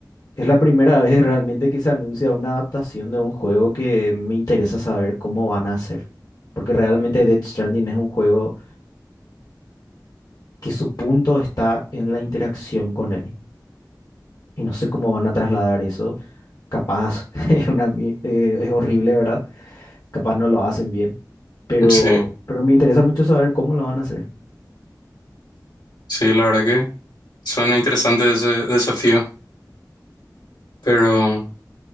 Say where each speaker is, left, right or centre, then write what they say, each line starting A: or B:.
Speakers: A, on the left (about 60°); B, on the left (about 80°).
A: Es la primera vez realmente que se anuncia una adaptación de un juego que me interesa saber cómo van a hacer. Porque realmente Death Stranding es un juego que su punto está en la interacción con él. Y no sé cómo van a trasladar eso. Capaz <laughs> es una, mi- eh, es horrible, ¿verdad? Capaz no lo hacen bien. Pero,
B: Sí,
A: pero me interesa mucho saber cómo lo van a hacer.
B: sí, la verdad que suena interesante ese desafío, pero